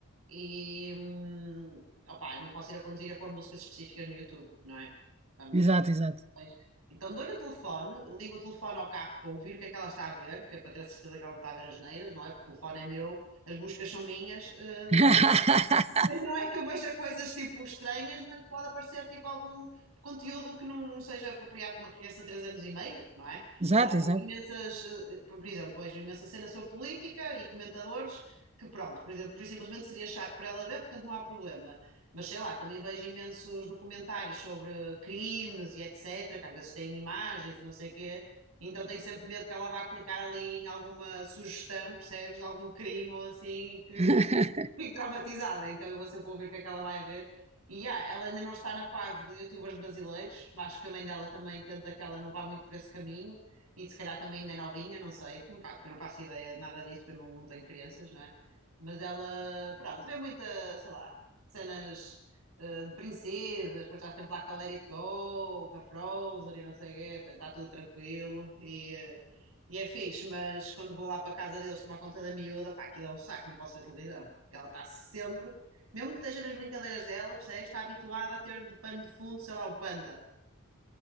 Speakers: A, on the right; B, on the right.
A: E hum, opá, eu não posso ir a conduzir a pôr músicas específicas no YouTube, não é? Vamos.
B: Exato, exato.
A: pois. Então dou-lhe o telefone, ligo o telefone ao carro para ouvir o que é que ela está a ver, que é para ter a certeza que ela não está a ver as neiras, não é? Porque o telefone é meu, as buscas são minhas. eh,
B: <laughs>
A: não é que eu veja coisas tipo estranhas, mas pode aparecer tipo algum conteúdo que não, não seja apropriado para uma criança de 3 anos e meio, não é?
B: Exato,
A: Sei lá,
B: exato.
A: vejo imensas, eh, por exemplo, vejo imensa cena sobre política e comentadores que pronto, por exemplo, por simplesmente seria chato para ela ver, portanto não há problema. Mas sei lá, também vejo imensos documentários sobre crimes e etc, que às vezes têm imagens e não sei o quê. Então tenho sempre medo que ela vá clicar ali em alguma sugestão, percebes, de algum crime ou assim, e que
B: <laughs>
A: <laughs> fico traumatizada, então eu vou sempre ouvir o que é que ela vai a ver. E ah, ela ainda não está na fase de youtubers brasileiros, acho que a mãe dela também tenta que ela não vá muito por esse caminho, e se calhar também ainda é novinha, não sei, não fa- porque eu não faço ideia de nada disso, porque eu não, não tenho crianças, não é? Mas ela, pronto, vê muita, sei lá, cenas eh, de princesas, depois já tem lá com a Let It Go, com a Frozen e não sei o quê, portanto está tudo tranquilo e eh, e é fixe, mas quando vou lá para casa deles tomar conta da miúda, pá, aquilo é um saco, não posso ver televisão. Porque ela está sempre, mesmo que esteja nas brincadeiras dela, percebes? Está habituada a ter de pano de fundo, sei lá, o panda.